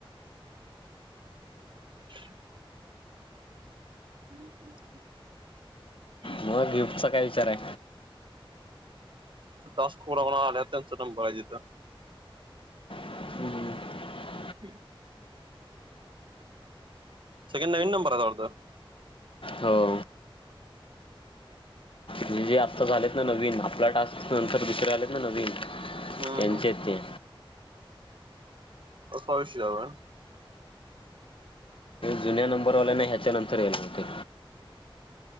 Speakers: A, on the right; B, on the left.
A: <inaudible> हम्म हम्म <inaudible>
B: मग गिफ्टचा काय विचारे
A: दस पुरवण्या आल्या त्यांचा नंबर हाय तिथं.
B: हम्म <inaudible>
A: ह सगळे नवीन नंबर आहे वाटत.
B: हो. म्हणजे आत्ता झालेत ना नवीन आपला टास्क नंतर दुसऱ्या नवीन
A: हम्म
B: त्यांचेत
A: हम्म
B: ते
A: काय विषय झालाय?
B: जुन्या नंबरवाल्याना ह्याच्या नंतर येल होते